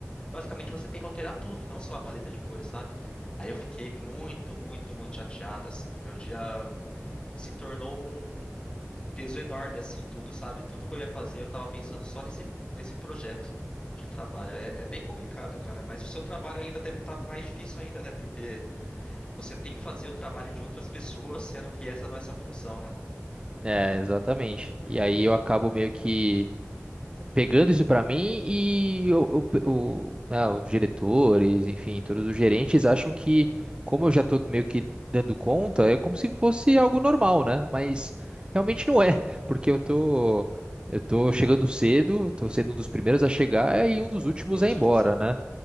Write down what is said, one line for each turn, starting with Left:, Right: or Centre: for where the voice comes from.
Left: basicamente você tem que alterar tudo, não só a paleta de cores, sabe? Aí eu fiquei muito, muito, muito chateado, assim, meu dia se tornou um, um- um peso enorme, assim, tudo, sabe? Tudo que eu ia fazer, eu tava pensando só nesse, nesse projeto de trabalho. É, é bem complicado, cara, mas o seu trabalho ainda deve estar mais difícil ainda, né? Porque você tem que fazer o trabalho de outras pessoas, sendo que essa não é essa função, né?
Right: É, exatamente. E aí eu acabo meio que pegando isso pra mim e o, o- o- né, os diretores, enfim, todos os gerentes acham que, como eu já tô meio que dando conta, é como se fosse algo normal, né? Mas realmente não é, <laughs> porque eu tô, eu tô chegando cedo, tô sendo um dos primeiros a chegar e um dos últimos
Left: E um dos
Right: a ir
Left: últimos.
Right: embora, né?